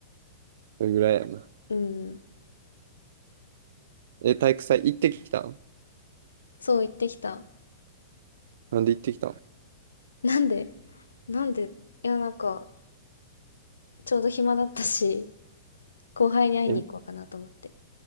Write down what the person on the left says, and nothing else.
うん。
そう言ってきた。
なんでなんでいや、なんか、ちょうど暇だったし、後輩に会いに行こうかなと思って。